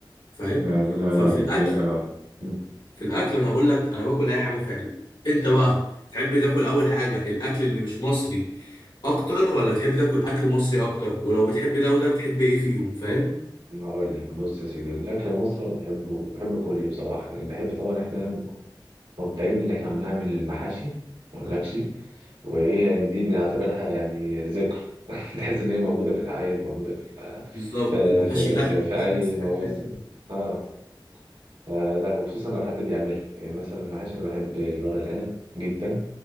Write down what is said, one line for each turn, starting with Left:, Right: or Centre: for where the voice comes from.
Left: فاهم
Right: لا لا
Left: ففي
Right: لا دي
Left: الاكل
Right: حقيقة مم.
Left: في الاكل انا اقول لك انا باكل اي حاجه فعلا انت بقى تحب تاكل اول حاجه الاكل اللي مش مصري اكتر ولا تحب تاكل اكل مصري اكتر ولو بتحب ده وده بتحب ايه فيهم فاهم
Right: هقول لك بص يا سيدي الاكل المصري أنا بحبه بحب كله بصراحه يعني بحب طبعا احنا مبدئيا اللي احنا بنعمل للمحاشي ما اقولكش وايه يعني دي بنعتبرها يعني ذكرى <laughs> تحس ان هي موجوده في الاعياد موجوده في
Left: بالظبط
Right: في
Left: المحاشي
Right: في
Left: لا
Right: في,
Left: المحاشي
Right: في اي
Left: بص
Right: مواسم
Left: حاجه تانية
Right: اه فلا وخصوصا لو حد بيعملها يعني مثلا المحاشي انا بحب الورق العنب جدا